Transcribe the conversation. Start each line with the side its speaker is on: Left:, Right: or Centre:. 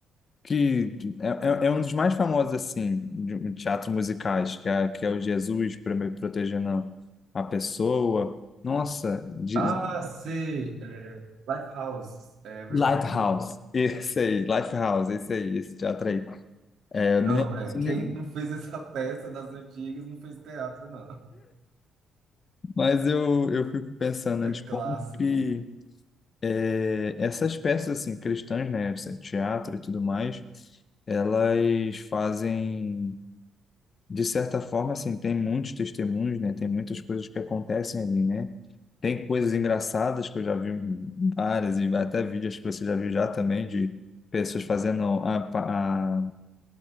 Left: que é, é- é um dos mais famosos assim de, de teatro musicais, que é, que é o Jesus prime- protegendo a pessoa. Nossa, de-
Right: Ah, sei, é, Lifehouse, é, Everything.
Left: Lighthouse, esse aí, Lifehouse, esse aí, esse teatro aí. É,
Right: Não,
Left: eu não lembro,
Right: é,
Left: assim,
Right: quem não fez essa <laughs> peça das antigas não fez teatro, não.
Left: mas eu, eu fico pensando né,
Right: É
Left: de
Right: clássico,
Left: como que é, essas peças assim cristãs, né, esse teatro e tudo mais, elas fazem de certa forma, assim, tem muitos testemunhos, né? Tem muitas coisas que acontecem ali, né? Tem coisas engraçadas que eu já vi várias e até vídeos que você já viu já também de pessoas fazendo a,